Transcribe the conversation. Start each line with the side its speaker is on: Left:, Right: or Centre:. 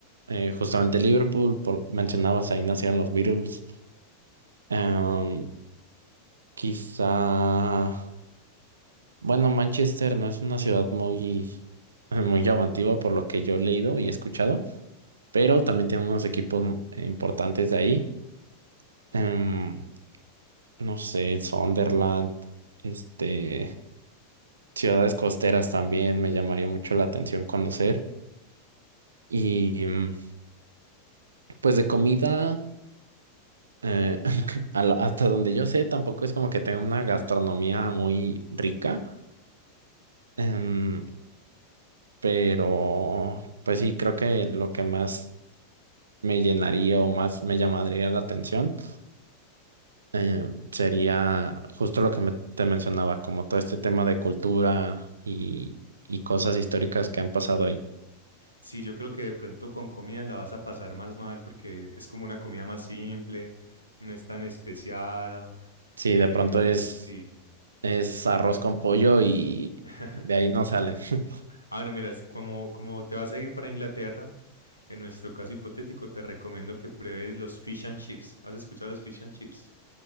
Right: eh, justamente Liverpool, por, mencionabas ahí nacieron los Beatles. Em, Quizá, bueno, Manchester no es una ciudad muy, <laughs> muy llamativa por lo que yo he leído y escuchado, pero también tiene unos equipos eh, importantes de ahí. Em, no sé, Sunderland, este, ciudades costeras también me llamaría mucho la atención conocer. Y em, pues de comida, eh, <laughs> a la- hasta donde yo sé, tampoco es como que tenga una gastronomía muy rica. Em, pero pues sí, creo que lo que más me llenaría o más me llamaría la atención eh, sería justo lo que me- te mencionaba, como todo este tema de cultura y, y cosas históricas que han pasado ahí.
Left: Sí, yo creo que de pronto con comida la vas a pasar más mal porque es como una comida más simple, no es tan especiada.
Right: Sí,
Left: eh,
Right: de pronto es,
Left: sí.
Right: es arroz con pollo y
Left: <laughs>
Right: de ahí no salen. <laughs>
Left: Ah, bueno, mira, es como, como te vas a ir para Inglaterra, en nuestro caso hipotético, te recomiendo que pruebes los fish and chips. ¿Has escuchado los fish and chips?